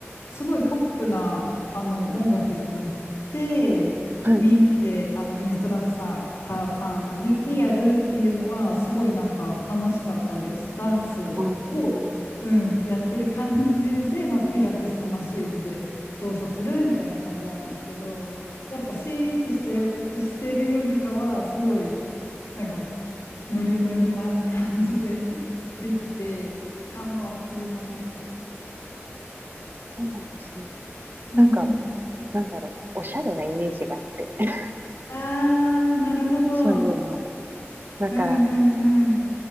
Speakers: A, on the left; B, on the right.
A: すごいポップなあの音楽に乗ってみんなであのインストラクターさん見てやるっていうのはすごいなんか楽しかったです。
B: はい。
A: ダンスを、
B: あーうん
A: うん、やってる感じで、まあ、ピラティスのマシーンで動作するみたいな感じなんですけど。やっぱシーンってしてよ、してるよりかは、すごい、なんか、ノリノリな感じで <laughs> できて、時間もあっという間でした。
B: そうなんですね。
A: うん
B: なんか、なんだろう、おしゃれなイメージがあって、<laughs>
A: あー、なるほど。
B: そういうの。
A: うん
B: だから、
A: うんうん。